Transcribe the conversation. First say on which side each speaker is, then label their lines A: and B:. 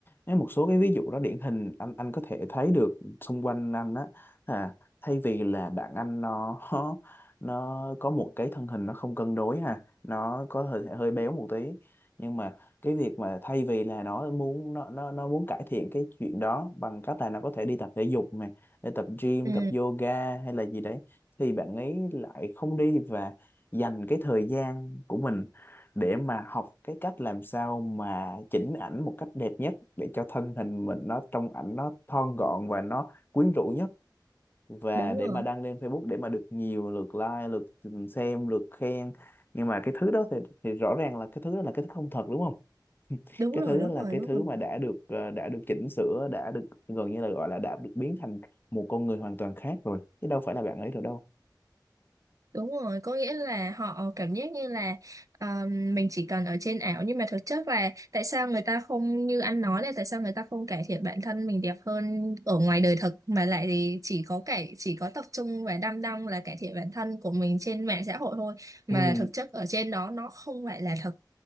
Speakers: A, on the left; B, on the right.
A: với một số cái ví dụ đó điển hình anh anh có thể thấy được xung quanh anh á à, thay vì là bạn anh nó <laughs> nó có một cái thân hình nó không cân đối ha nó có hơi hơi béo một tí nhưng mà cái việc mà thay vì là nó muốn nó nó nó muốn cải thiện cái chuyện đó bằng cách là nó có thể đi tập thể dục này để tập gym
B: Ừ,
A: tập yoga hay là gì đấy thì bạn ấy lại không đi và dành cái thời gian của mình để mà học cái cách làm sao mà chỉnh ảnh một cách đẹp nhất để cho thân hình mình nó trong ảnh nó thon gọn và nó quyến rũ nhất và
B: đúng
A: để
B: rồi.
A: mà đăng lên Facebook để mà được nhiều lượt like lượt xem lượt khen nhưng mà cái thứ đó thì, thì rõ ràng là cái thứ đó là cái thứ không thật đúng không <laughs>
B: Đúng
A: cái
B: rồi,
A: thứ
B: đúng
A: đó là
B: rồi,
A: cái
B: đúng rồi, đúng
A: thứ
B: rồi.
A: mà đã được ờ, đã được chỉnh sửa đã được gần như là gọi là đã được biến thành một con người hoàn toàn khác rồi chứ đâu phải là bạn ấy rồi đâu
B: Đúng rồi, có nghĩa là họ cảm giác như là ờ, mình chỉ cần ở trên ảo nhưng mà thực chất là tại sao người ta không như anh nói là tại sao người ta không cải thiện bản thân mình đẹp hơn ở ngoài đời thực mà lại thì chỉ có cải chỉ có tập trung và đăm đăm là cải thiện bản thân của mình trên mạng xã hội thôi mà
A: ừ
B: thực chất ở trên đó nó không phải là thật